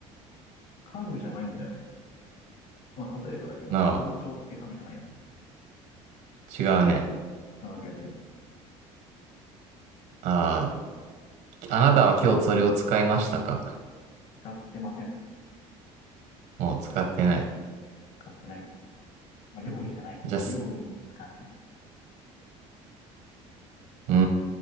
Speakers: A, on the left; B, on the right.
A: 家具じゃないんじゃないまあ、例えばだけど、
B: な
A: 包丁って家具じゃないよね。
B: あ、違うね。
A: あオッケーオッケー。
B: ああ、あなたは今日それを使いましたか。
A: 使ってません。
B: もう使ってない。
A: 使ってないね。まあ、料理じゃないね。
B: うんじゃあ、す
A: 料理に使わないね。
B: うー